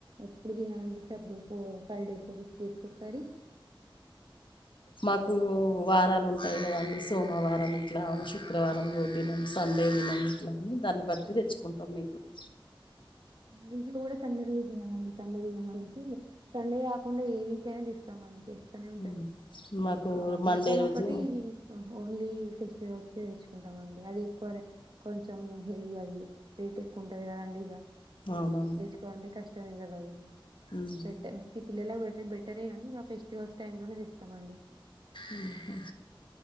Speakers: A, on the right; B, on the left.
A: ఎప్పుడు దీని అని అనిపిస్తే అప్పుడు ఫోర్ ఫైవ్ డేస్ అ తీసుకుసారి
B: మాకు వారాలు ఉంటాయి కదండి సోమవారం ఇట్లా <unintelligible> శుక్రవారం రో తినం సండే తినం ఇట్లా అని దాన్ని బట్టి తెచ్చుకుంటాం మింగడు
A: మా ఇంట్లో కూడ రోజు రోజు తినంమండి సండే తినమనేనికి సండే కాకుండా ఏవకైనా తీస్తామండి చేస్తనే ఉంటారు
B: ఉమ్. మాకు
A: ఆ
B: మండే
A: మటన్
B: రోజు
A: ఒకటి ఓన్లీ సిక్స్స్ తెచ్చుకుంటాండి అది ఎక్కువ కొంచెం హెవీ అది రేట్ ఎక్కువ ఉంటుంది అలాంటి లర్గా
B: అవునవును
A: తెుంటే కష్టమే కదా అది
B: ఉమ్.
A: పిల్లలా పెడితే బెటరే గాక ఫెస్టివల్స్ టైంలోనే ఇస్తామండి
B: అ